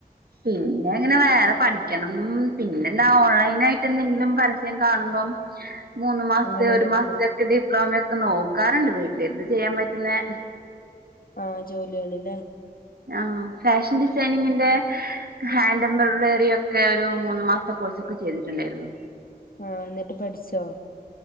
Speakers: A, on the right (about 75°); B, on the left (about 65°).
A: പിന്നെങ്ങനെ വേറെപഠിക്കണം, പിന്നെന്താ? ഓൺലൈനായിട്ട്ന്തെങ്കിലുംപരസ്യംകാണുമ്പം-
B: <inaudible>
A: മൂന്ന്മാസത്തെ
B: അങ്ങനെ
A: ഒരുമാസത്തൊക്കെ-
B: നോക്കും
A: ഡിപ്ലോമഒക്കെനോക്കാറുണ്ട്. വീട്ടിലിരുന്ന്ചെയ്യാൻ പറ്റുന്നെ.
B: ആഹ് ജോലിയെള്ല്ലേ.
A: ആഹ്ഫാഷൻഡിസൈനിങ്ങിന്റെ. ഹാൻഡ് എംബ്രോയ്ഡറിഒക്കേരു- മൂന്ന്മാസത്തെ കോഴ്സൊക്കെ- ചെയ്തിട്ടുണ്ടായിരുന്നു.
B: ആഹ് ഇന്നിട്ട്പഠിച്ചോ?